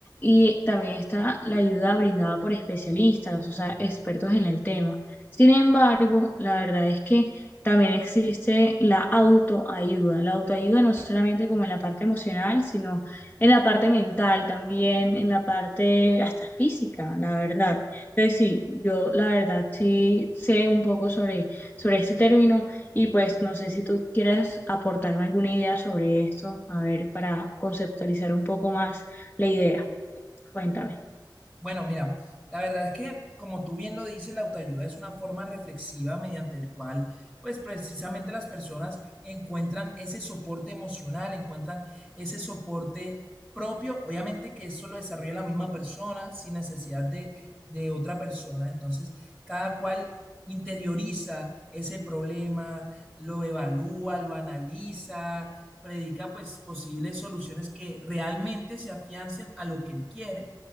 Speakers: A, on the left (about 20°); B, in the centre.
A: y también está la ayuda brindada por especialistas, o sea, expertos en el tema. Sin embargo, la verdad es que también existe la autoayuda. La autoayuda no solamente como en la parte emocional, sino en la parte mental también, en la parte hasta física, la verdad. Entonces sí, yo la verdad sí sé un poco sobre, sobre este término y pues no sé si tú quieras aportarme alguna idea sobre esto, a ver, para conceptualizar un poco más la idea. Cuéntame.
B: Bueno, mira, la verdad es que, como tú bien lo dices, la autoayuda es una forma reflexiva mediante el cual, pues precisamente las personas encuentran ese soporte emocional, encuentran ese soporte propio, obviamente que eso lo desarrolla la misma persona sin necesidad de, de otra persona, entonces cada cual interioriza ese problema, lo evalúa, lo analiza, predica pues posibles soluciones que realmente se afiancen a lo que él quiere.